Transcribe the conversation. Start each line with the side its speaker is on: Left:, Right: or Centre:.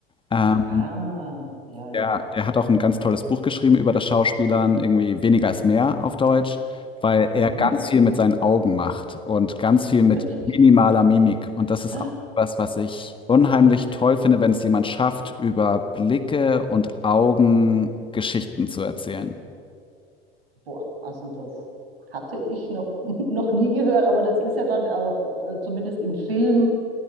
Left: Ähm,
Right: Ah, ja, ja,
Left: der,
Right: ja.
Left: der hat auch ein ganz tolles Buch geschrieben über das Schauspielern, irgendwie Weniger ist mehr auf Deutsch, weil er
Right: Mhm,
Left: ganz viel mit seinen Augen macht und ganz viel mit
Right: wirklich.
Left: minimaler Mimik. Und das ist
Right: Ah,
Left: auch etwas, was ich unheimlich toll finde, wenn es jemand schafft, über Blicke und Augen Geschichten zu erzählen.
Right: boah, also das hatte ich noch, <laughs> noch nie gehört, aber das ist ja dann auf, äh, zumindest im Film